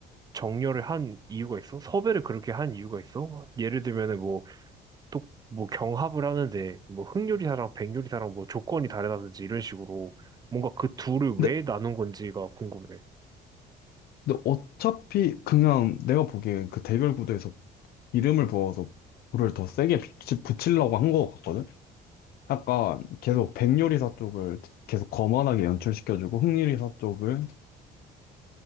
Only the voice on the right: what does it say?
정렬을 한 이유가 있어? 섭외를 그렇게 한 이유가 있어? 예를 들면은 뭐 또 뭐 경합을 하는데 뭐 흑 요리사랑 백 요리사랑 뭐 조건이 다르다든지 이런 식으로 뭔가 그 둘을
왜 나눈 건지가 궁금해.